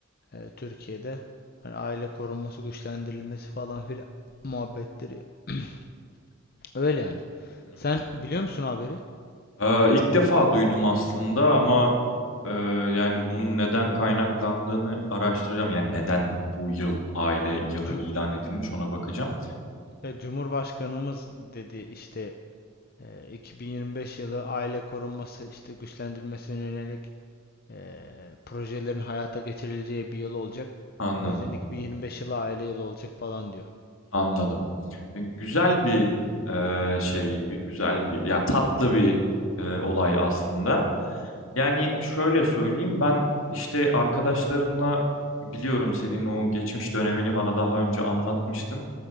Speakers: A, on the left; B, on the left.
A: E, Türkiye'de hani aile korunması güçlendirilmesi falan filan muhabbetleri <clears throat> öyle yani.
B: Evet.
A: Sen biliyor musun haberi?
B: Ee, ilk defa duydum aslında ama e, yani bunun neden kaynaklandığını araştıracağım. Yani neden bu yıl aile yılı
A: Cum-
B: ilan edilmiş ona bakacağım.
A: ya Cumhurbaşkanımız dedi işte e, 2025 yılı aile korunması işte güçlendirmesine yönelik eee, projelerin hayata geçirileceği bir yıl olacak.
B: Anladım.
A: O yüzden ilk bir 25 yılı aile yılı olacak falan diyor.
B: Anladım. E, Güzel bir e, şey, bir, güzel bir ya tatlı bir e, olay aslında. Yani şöyle söyleyeyim ben işte arkadaşlarımla biliyorum senin o geçmiş dönemini bana daha önce anlatmıştın.